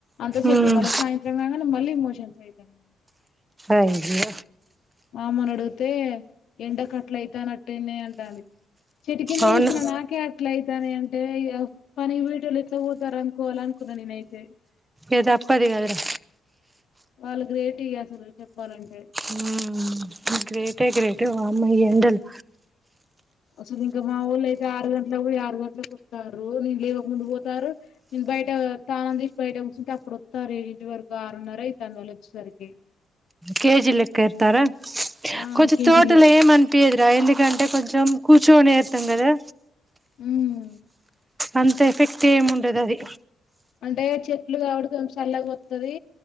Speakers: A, on the left; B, on the right.
A: అంతసేపుే
B: ఉమ్
A: మళ్ళీ సాయంత్రం కాగానే మళ్ళీ ఇమోషన్స్ అయితాన్నాయి
B: అయ్యే
A: మా అమ్మను అడుగ్ తే ఎండకట్ల అయితానట్టే నే అంటాంది చెట్టు కింద
B: అవును
A: గుస్సన నాకే ఎట్ల అయితనే అంటే పని వీటిళు ఎట్లా పోతారు అనుకోవాల అనుకున్నాను నేనైతే
B: ఏద అప్పదిగద్ రా
A: వాళ్ళు గ్రేట్ ఇ అసలు చెప్పాలంటే
B: ఉమ్ గ్రేటే గ్రేటే వామ్మో ఇ ఎండలు
A: అసలు ఇంకా మా ఊళ్ళు అయితే ఆరు గంటలకు ఆరు గంటలకు వత్తారు నేను లేవక ముందు పోతారు నేను బయట తానం చేసి బయట కూర్చుంటే అప్పుడ వస్తారు ఇంటి వరకు ఆరున్నర అయి తాంద వళ్ళు వచ్చేసరికి
B: కేజీ లెక్క ఇత్తారా
A: ఆ
B: కొంచెం
A: కేజీలు
B: తోటలు ఏం అనిపి దురా ఎందుకంటే కొంచం కూచోనేే ఏత్తం కదా
A: ఉమ్
B: అంత ఎఫెక్ట్ ఏమి ఉండదు అది
A: అంటే చెట్లు కాబట్టి కొంచెం చల్లగా వత్తది